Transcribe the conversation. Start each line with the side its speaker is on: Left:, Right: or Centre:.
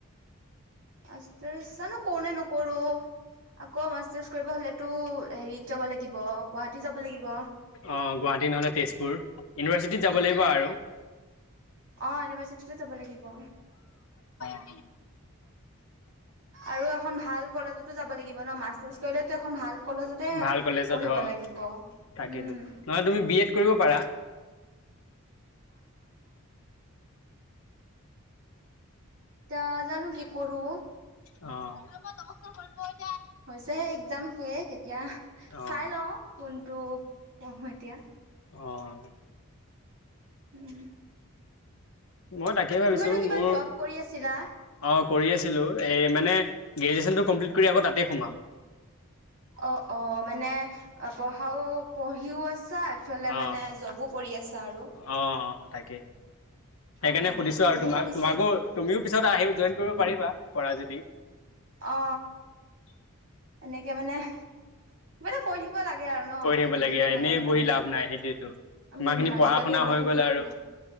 Right: মাাৰছ জানো কৰো নে নকৰো আকৌ মাৰ্চ কৰিব হলেতো হেৰিত যাব লাগিব গুৱাহাটী যাব লাগিব।
Left: অ, গুৱাহাটী নহলে তেজপুৰ ইউনিভাৰ্চিটিত যাব লাগিব আৰু।
Right: অহ, ইউনিভাৰ্চিটিতে যাব লাগিব।
Left: হয়।
Right: আৰু এখন ভাল কলেজত যাব লাগিব ন মাষ্টাৰ্চ কৰিলেতো এখন ভাল কলেজতে
Left: ভাল
Right: পঢ়িব
Left: কলেজত অ
Right: লাগিব উম,
Left: তাকেইতো নহয় তুমি বি এড কৰিব পাৰা।
Right: এয়া জানো কি কৰো।
Left: নমস্কাৰ কৰিব
Right: হৈছেহে এক্জাম শেষ এতিয়া
Left: অ
Right: চাই লও কোনটো অহো এতিয়া।
Left: অ',
Right: উম,
Left: মই তাকেই ভাবিছো
Right: তুমিতো কিবা
Left: মোৰ অ,
Right: জব কৰি আছিলা
Left: কৰি আছিলো। এ মানে গ্ৰেজুৱেশচন টো কমপ্লিট কৰি আকৌ তাতে সোমাম।
Right: অ - অ মানে পঢ়াও পঢ়িও আছা এইফালে
Left: অ
Right: মানে জবো কৰি আছা আৰু।
Left: অ অ তাকেই সেইকাৰণে
Right: অ',
Left: সুধিছো
Right: ভালেই
Left: আৰু তোমাক
Right: কৰিছা।
Left: তোমাকো তুমিও পিছত আহিব জইন কৰিব পাৰিবা কৰা যদি?
Right: অ, এনেকে মানে কিবা এটা কৰি থাকিব। লাগে আৰু ন
Left: কৰি
Right: এনেই
Left: লাগে
Right: থাকিব
Left: এনেই
Right: নালাগে
Left: বহি
Right: মানুহে।
Left: লাভ নাই সেইটোৱেতো
Right: উম,
Left: ইমান খিনি পঢ়া
Right: আজিকালি
Left: শুনা
Right: এনেই
Left: হৈ
Right: পহিলত
Left: গ'ল আৰু
Right: নাই